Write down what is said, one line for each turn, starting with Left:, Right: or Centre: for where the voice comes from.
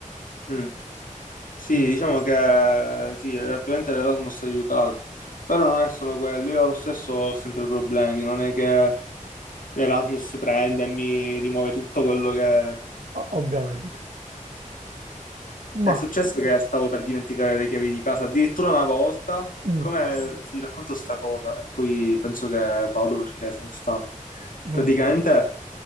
Left: Mm. Sì,
Right: Quindi,
Left: diciamo che sì, ovviamente l'Erasmus ha aiutato, però non è solo quello, io lo stesso ho sempre problemi, non è che l'Erasmus prende e mi rimuove tutto quello che...
Right: o- ovviamente. Ma,
Left: È successo che stavo per dimenticare le chiavi di casa, addirittura una volta, siccome
Right: mm,
Left: ti racconto sta cosa e poi penso che vado perché sono stanco.
Right: vabbè,
Left: Praticamente